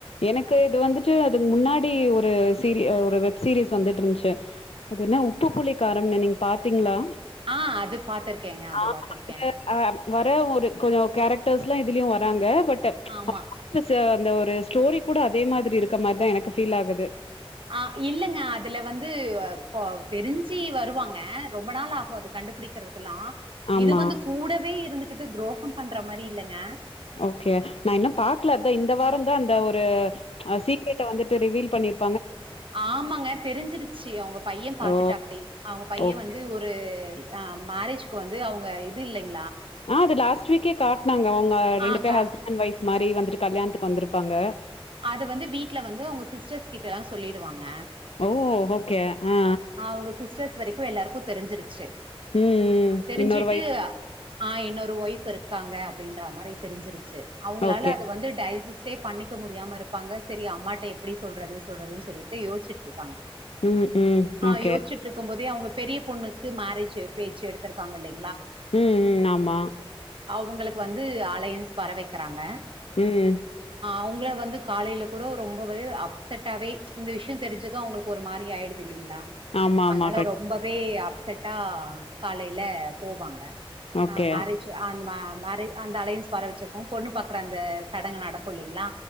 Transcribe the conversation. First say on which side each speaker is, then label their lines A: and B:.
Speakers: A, on the left; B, on the right.
A: எனக்கு இது வந்துட்டு முன்னாடி ஒரு சீ ஒரு வெப் சீரிஸ் வந்துட்ருந்துச்சு அது என்ன உப்பு புளி காரம்னு நீங்க பாத்திங்ளா
B: ஆ அது பாத்திருக்கேங்க அது
A: ஆ
B: பாத்திருக்கே
A: அதுல ஆ வர ஒரு கொஞ்சொ கேரக்டர்ஸ்லா இதுலயு வராங்க பட்
B: ஆமா
A: <inaudible> அந்த ஒரு ஸ்டோரி கூட அதே மாரி இருக்க மாரிதா எனக்கு ஃபீல் ஆகுது
B: ஆ இல்லங்க அதுல வந்து அ ப தெரிஞ்சி வருவாங்க ரொம்ப நாள் ஆகு அது கண்டுபிடிக்கிறதுக்கெலா
A: ஆமா.
B: இது வந்து கூட வே இருந்துகிட்டு துரோகம் பண்ற மாரி இல்லங்க
A: ஓகே நா இன்னு பாக்ல அதா இந்த வாரந்தா அந்த ஒரு ஆ சீக்ரெட்ட வந்துட்டு ரிவீல் பண்ணிருப்
B: ஆமாங்க தெரிஞ்சிருச்சி அவுங்க பைய பாத்துட்டாப்டி
A: ஓ!
B: அவுங்க பைய
A: ஓகே.
B: வந்து ஒரு ஆ மேரேஜ்க்கு வந்து அவுங்க இது இல்லைங்
A: ஆ அது லாஸ்ட் வீக்கே காட்னாங்க அவங்க
B: ஆ
A: ரெண்டு பேர்
B: க
A: ஹஸ்பண்ட் அண்டு ஒய்ஃப் மாரி வந்துட்டு கல்யாணத்துக்கு வந்துருப்பாங்க
B: அது வந்து வீட்ல வந்து அவுங்க சிஸ்டர்ஸ் கிட்டல்லா சொல்லிடுவாங்க
A: ஓ! ஓகே. ஆ.
B: அவுங்க சிஸ்டர்ஸ் வரைக்கு எல்லாருக்கு தெரிஞ்சிருச்சி
A: ம், ம்.
B: ஆ தெரிஞ்சிட்டு
A: இன்னொரு ஒய்ஃப்.
B: ஆ இன்னொரு ஒய்ஃப் இருக்காங்க அப்படின்ற மாரி தெரிஞ்சிருச்சி அவுங்களால
A: ஓகே.
B: அது வந்து டைஜஸ் டே பண்ணிக்க முடியாம இருப்பாங்க செரி அம்மாட்ட எப்படி சொல்றது சொல்றதுன் சொல்லிட்டு யோசிச்சிட்ரு
A: ம் ம்
B: ஆ
A: ஓகே.
B: யோச்சிட்டுருக்கும் போதே அவுங்க பெரிய பொண்ணுக்கு மேரேஜ் பேச்சி எடுத்திருக்காங்க இன்னக்
A: ம் ம் ஆமா
B: உங்களுக்கு வந்து அலையன்ஸ் வர வெக்கிறாங்க
A: ம்
B: அவுங்கள வந்து காலேல கூட ரொம்பவே அப்செட்டாவே இந்த விஷ்யோ தெரிஞ்சது அவுங்களுக்கு ஒரு மாரி ஆயிடு துல்லைங்ளா
A: ஆமாமா.
B: அதனால
A: கண்
B: ரொம்பவே அப்செட்டா காலேல போவாங்க
A: ஓகே.
B: ஆ மேரேஜி ஆ அந்த மேம் மேரேஜ் அந்த அலையன்ஸ் வர வச்சப்போ பொண்ணு பாக்கற அந்த சடங்கு நடக்குல்லைங்ளா